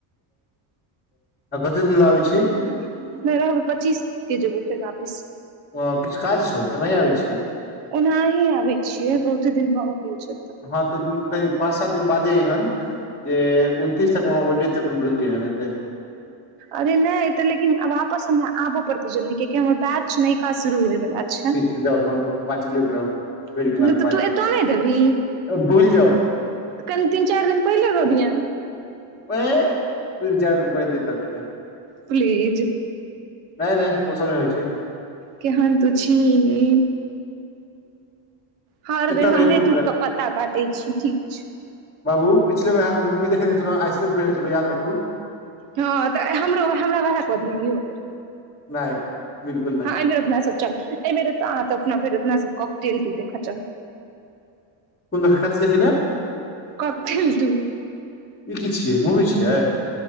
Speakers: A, on the left; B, on the right.
A: आ कते दिन लै आबैय छी।
B: नई रहबैय पच्चीस के जेबैय फेर वापिस।
A: हँ किछ काज छौउ की एनाही आबैय छीही।
B: एनाही आबैय छियै बहुते दिन भ वो गेल छैय एतऽ
A: हँ तऽ <unintelligible> पाँच सात दिन बादे अयहेन जे उनतीस तक हम एतू रहबौ रुइक जेयहै एते।
B: अरे नइ एते लेकिन वापस हमरा आबो पड़ते जल्दी किय कि हमर बैच नयका शुरू होय वला। छै
A: ठीक छैय जाउ तहन पार्टी लेैत रहब बुइर
B: नहि
A: गेल अहां के पार्टी
B: तऽ तू एतऽ नहि देबही
A: भुल जाउ।
B: कनि तीन- चार दिन पहिले रोपियैह।
A: अंय तीन -चार दिन पहिले दऽ दीहे।
B: प्लीज।
A: नै - नै औ सब नइ होइ छै।
B: केहन तू छीही। हर
A: एतऽ
B: बेर हमरे
A: रहितो
B: तूके पत्ता काटै छी, ठीक छै।
A: बाबू पिछले बेर अहाँके मूवी देखेने छलहु, आइसक्रीम खुयने छलँ याद रखू।
B: हँ तऽ हमरो हमरा वएह कऽ दिहे इहो बेर।
A: नहि बिल्कुल नहि
B: हँ एहि बेर अपना सब चल, एहि बेर अप फेर अपना सब काॅकटेल टू देखऽ चल।
A: ओनऽ कथि देखै लऽ।
B: Cocktail to.
A: ई की छियै, मूवी छियै?